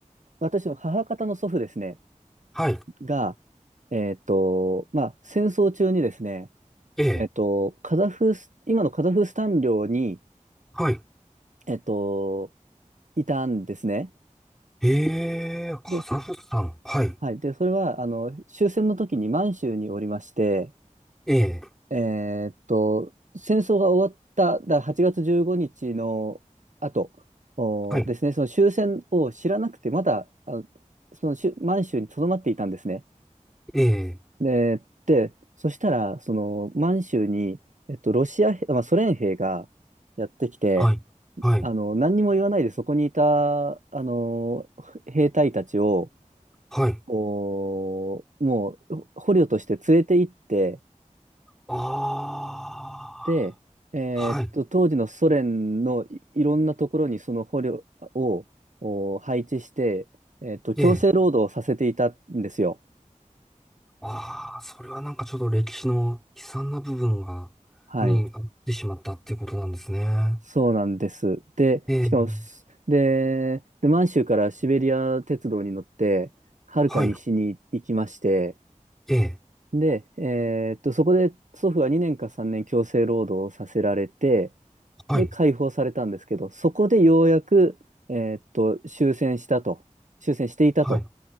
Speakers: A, on the right; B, in the centre.
A: 私の母方の祖父ですね、
B: はい、
A: が、えーっと、まあ、戦争中にですね、
B: ええ、
A: えーっと、カザフス、今のカザフスタン領に、
B: はい、
A: えーっと、いたんですね。
B: ええ、カザフスタン、
A: で、
B: はい、
A: はい。で、それは、あの、終戦の時に満州におりまして、
B: ええ、
A: えーっと、戦争が終わった、だ8月15日の後おですね、
B: はい、
A: その終戦を知らなくて、まだあそのしゅ満州に留まっていたんですね。
B: ええ、
A: で、で、そしたら、その満州に、えっと、ロシア兵、まあ、ソ連兵がやってきて、
B: はい、はい、
A: あの何にも言わないでそこにいたあの兵隊たちを
B: はい、
A: おもう捕虜として連れて行って、
B: あ
A: で、えーっと、
B: あ、はい、
A: 当時のソ連のい、いろんなところにその捕虜をお配置して、えーっと、強制労働をさせていたんですよ。
B: ええああ、それはなんかちょっと歴史の悲惨な部分が、
A: はい。
B: にあってしまったっていうことなんですね。
A: そうなんです。で、
B: ええ、
A: しかもす、で、で、満州からシベリア鉄道に乗って、はるか西に行きまして、
B: はい、ええ、
A: で、えーっと、そこで祖父は2年か3年強制労働をさせられて、
B: はい、
A: で解放されたんですけど、そこでようやく、えーっと、終戦したと、終戦していたと、
B: はい、